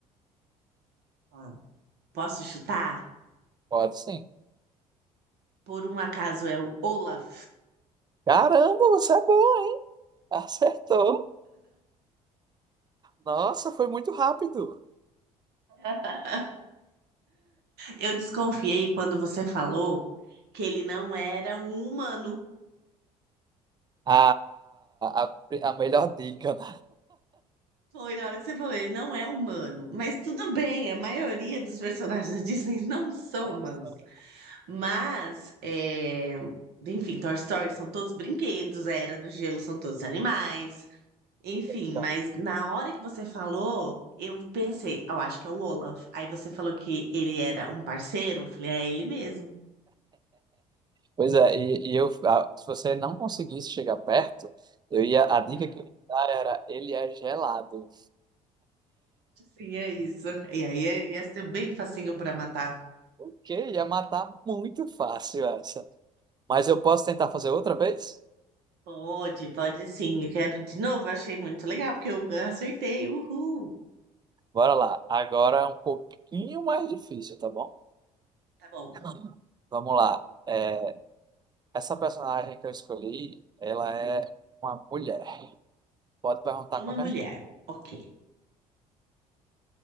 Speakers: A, on the right (about 60°); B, on the right (about 25°).
A: Ah. Posso chutar?
B: Pode sim.
A: Por um acaso é o Olaf.
B: Caramba, você é boa! Acertou! Nossa, foi muito rápido.
A: <laughs> Eu desconfiei quando você falou que ele não era um humano.
B: A, a, a melhor dica, né?
A: Foi na hora que você falou, ele não é humano. Mas tudo bem, a maioria dos personagens da Disney não são
B: Não
A: humanos.
B: são.
A: Mas, é, enfim, Toy Story são todos brinquedos, a Era do Gelo são todos animais. Enfim,
B: <laughs>
A: mas na hora que você falou, eu pensei, eu acho que é o Olaf. Aí você falou que ele era um parceiro, eu falei, é ele mesmo.
B: Pois é, e, e eu, ah, se você não conseguisse chegar perto, eu ia, a dica
A: Hum.
B: que eu ia dar era, ele é gelado.
A: Sim, é isso. E aí é- ia ser bem facinho pra matar.
B: O quê? Ia matar muito fácil essa. Mas eu posso tentar fazer outra vez?
A: Pode, pode sim. Eu quero de novo, eu achei muito legal, porque eu acertei. Uhul.
B: Bora lá. Agora é um pouquinho mais difícil, tá bom?
A: Tá bom.
B: Tá Vamos lá. É, essa personagem que eu escolhi, ela é uma mulher. Pode perguntar
A: Uma
B: qualquer
A: mulher.
B: coisa. que
A: Ok.